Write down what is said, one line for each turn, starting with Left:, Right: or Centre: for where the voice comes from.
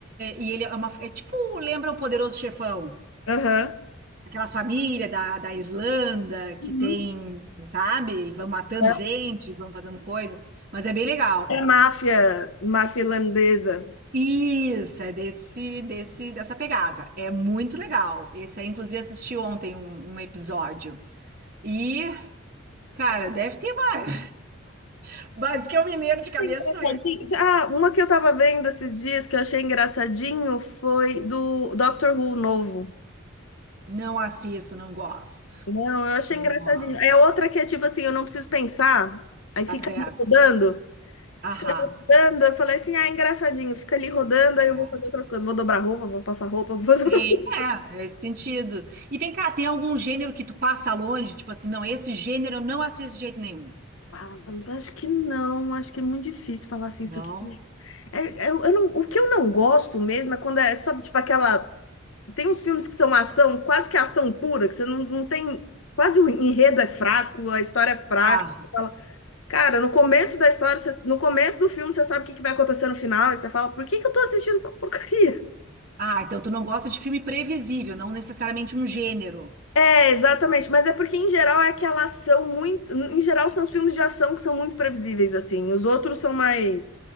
Right: E ele é uma. É tipo, lembra o Poderoso Chefão?
Left: Aham.
Right: Aquelas famílias da, da Irlanda que
Left: Uhum.
Right: tem, sabe? E vão matando
Left: É
Right: gente, vão fazendo coisa. Mas é bem legal.
Left: é máfia, máfia irlandesa.
Right: Isso, é desse, desse, dessa pegada. É muito legal. Esse aí, inclusive, assisti ontem um, um episódio. E, cara, deve ter mais. <laughs> Mas o que eu me lembro de cabeça
Left: Engraçadinho.
Right: são esses.
Left: Ah, uma que eu tava vendo esses dias que eu achei engraçadinho foi do Doctor Who novo.
Right: Não assisto, não gosto.
Left: Não, eu achei
Right: Não
Left: engraçadinho.
Right: gosto.
Left: É outra que é tipo assim, eu não preciso pensar, aí fica
Right: Tá certo.
Left: ali rodando,
Right: Aham.
Left: fica ali rodando. Eu falei assim, ah, engraçadinho, fica ali rodando, aí
Right: É,
Left: eu vou fazer outras coisas, vou dobrar roupa, vou passar roupa, <laughs> vou fazer
Right: tem,
Left: outra.
Right: é, é esse sentido. E vem cá, tem algum gênero que tu passa longe? Tipo assim, não, esse gênero eu não assisto de jeito nenhum.
Left: Ah, acho que não, acho que é muito difícil falar assim,
Right: Não?
Left: isso aqui. É, é, eu, eu não, o que eu não gosto mesmo é quando é, só tipo aquela. Tem uns filmes que são ação, quase que ação pura, que você não, não tem. Quase o enredo é fraco, a história é fraca.
Right: Ah,
Left: Cara, no começo da história, você- no começo do filme, você sabe o que que vai acontecer no final, e você fala, por que que eu tô assistindo essa porcaria? <laughs>
Right: ah, então tu não gosta de filme previsível, não necessariamente um gênero.
Left: É, exatamente, mas é porque em geral é aquela ação muito. Em geral, são os filmes de ação que são muito previsíveis, assim. Os outros são mais.